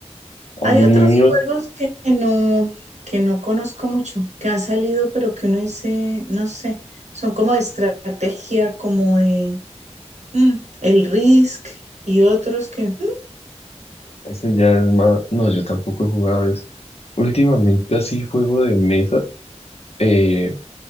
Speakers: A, on the right (about 80°); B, on the left (about 60°).
A: Hay
B: A mí
A: otros juegos que no, que no conozco mucho, que han salido, pero que uno dice, no sé, son como de estrategia, como de mm, el Risk y otros que, mm,
B: Eso ya es más. No, yo tampoco he jugado eso. Últimamente así juego de mesa eh,